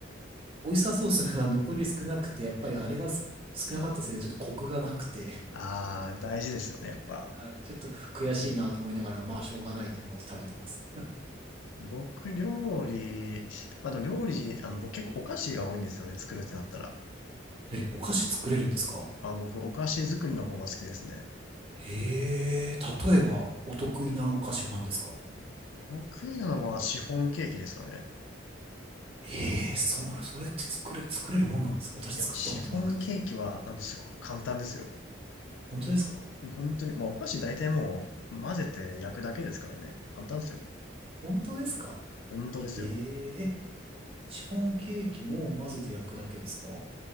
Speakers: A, on the right; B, on the left.
A: オイスターソースが残り少なくて、やっぱりあれがす少なかったせいで、ちょっとコクがなくて、
B: ああ、大事ですよね、やっぱ。
A: はいちょっと悔しいなと思いながら、まあしょうがないと思って食べてます。
B: 僕、料理、まあ、でも料理、あの、僕結構お菓子が多いんですよね、作るってなったら。
A: え、お菓子作れるんですか
B: まあ、僕、お菓子作りの方が好きですね。
A: へえ、例えばお得意なお菓子は何ですか
B: 得意なのはシフォンケーキですかね。
A: ええーそ、それって作れ、作れるもんなんですか私作ったことなくて。
B: いや、シフォンケーキは、あの、すごく簡単ですよ。
A: 本当ですか
B: もう本当に、まあ、お菓子大体もう、混ぜて焼くだけですからね。簡単ですよ。
A: 本当ですか
B: 本当ですよ。
A: ええーえ、シフォンケーキも混ぜて焼くだけですかは